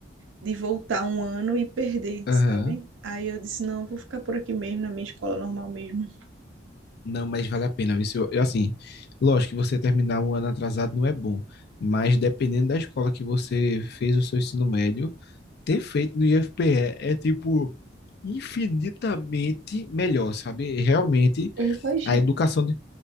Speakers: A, on the right; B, on the left.
A: de voltar um ano e perder,
B: Aham.
A: sabe? Aí eu disse, não, eu vou ficar por aqui mesmo, na minha escola normal mesmo.
B: Não, mas vale a pena. Isso, eu- eu, assim, lógico que você terminar um ano atrasado não é bom, mas dependendo da escola que você fez o seu ensino médio, ter feito no IFPE é é, tipo infinitamente melhor, sabe? Realmente
A: Eu imagino.
B: a educação de-